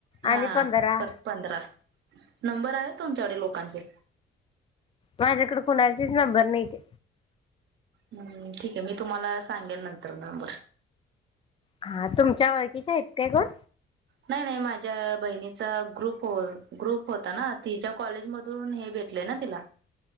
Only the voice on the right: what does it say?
हा
पर पंधरा नंबर आहे तुमच्याकडे लोकांचे,
हम्म, ठीक आहे मी तुम्हाला सांगेन नंतर नंबर
नाही नाही माझ्या बहिणीचा ग्रुप ग्रुप होता ना तिच्या कॉलेज मधून हे भेट ना तिला